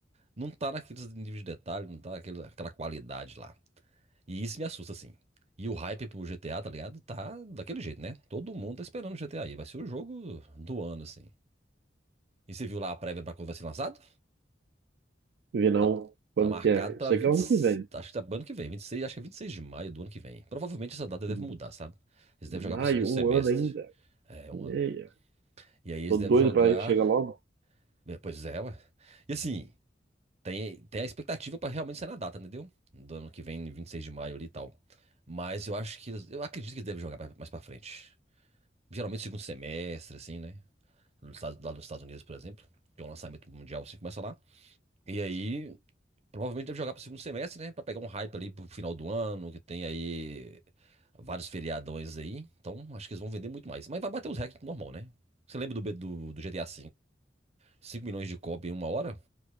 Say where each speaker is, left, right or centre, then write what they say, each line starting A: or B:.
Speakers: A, on the right; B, on the right.
A: não tá naqueles níveis de detalhe, não tá naquele, aquela qualidade lá. E isso me assusta, assim. E o hype pro GTA, tá ligado? Tá daquele jeito, né? Todo mundo tá esperando o GTA aí. Vai ser o jogo do ano, assim. E você viu lá a prévia pra quando vai ser lançado?
B: Vi não,
A: Tá,
B: quando
A: tá marcado
B: que é?
A: pra
B: Eu sei
A: 20
B: que é o ano que vem.
A: acho que tá pro ano que vem, 26 acho que é 26 de maio do ano que vem. Provavelmente essa data deve
B: Em
A: mudar, sabe? Eles devem jogar
B: Maio,
A: pro segundo semestre.
B: um ano ainda.
A: É, um
B: E
A: ano.
B: aí,
A: E aí eles
B: tô
A: devem
B: doido
A: jogar.
B: pra ir chegar logo.
A: é, Pois é, ué. E assim, tem, tem a expectativa pra realmente ser na data, entendeu? Do ano que vem, 26 de maio ali e tal. Mas eu acho que eles, eu acredito que eles devem jogar pra- mais pra frente. Geralmente segundo semestre, assim, né? Nos Estados- Lá nos Estados Unidos, por exemplo. Tem um lançamento mundial assim, começa lá. E aí, Provavelmente deve jogar para o segundo semestre, né? Para pegar um hype ali pro final do ano, que tem aí vários feriadões aí. Então, acho que eles vão vender muito mais. Mas vai bater os recordes normal, né? Você lembra do, B- do, do GTA V? cinco milhões de cópia em uma hora?